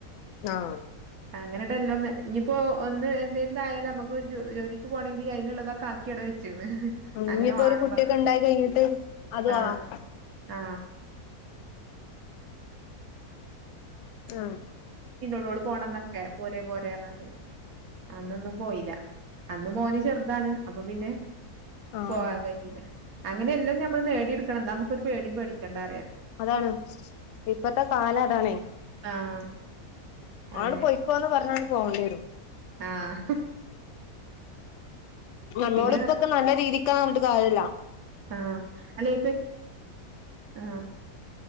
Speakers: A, on the left; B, on the right.
A: ആഹ്
B: അങ്ങനെട്ടല്ലോ ന്ന് ഇനിയിപ്പോൊ ഒന്ന് എന്തായാലും നമുക്ക്ജോ <unintelligible> ജോലിക്ക് പോണെങ്കിൽ അതിനുള്ളതൊക്കെ ആക്കി അവിടെ വെച് <unintelligible> അങ്ങനെ
A: ഇനിയിപ്പോ
B: വാ
A: ഒരു
B: ണം
A: കുട്ടിയൊക്കെ
B: പറഞ്ഞ
A: ഉണ്ടായി കഴിഞ്ഞിട്ട് അതും
B: ആ
A: ആവാം
B: ആ
A: ആഹ്
B: <unintelligible> സ്കൂൾപോണംന്നൊക്കെ പോരോ പോരോന്ന് അന്നൊന്നും പോയില്ല അന്ന് മോന് ചെറുതാണ് അപ്പൊ പിന്നെ
A: ആഹ്
B: പോവാാൻ
A: ആഹ്
B: കഴിഞ്ഞില്ല അങ്ങനെയെല്ലാം ഞമ്മള് നേടിയെടുക്കണം നമുക്കൊരു പേടിയും പേടിക്കേണ്ട അറിയാം
A: അതാണ് ഇപ്പത്തെ കാലം അതാണേ.
B: ആഹ് അതെ
A: ആണ്ട് പൊയ്ക്കോന്ന് പറഞ്ഞ പോകേണ്ടി വരും
B: ആഹ്
A: നമ്മോട്
B: പിന്നെ
A: ഇപ്പൊക്കെ നല്ല രീതിക്കാന്ന് പറഞ്ഞിട്ട് കാര്യമില്ല
B: ആ അല്ല ഇപ്പൊ ആ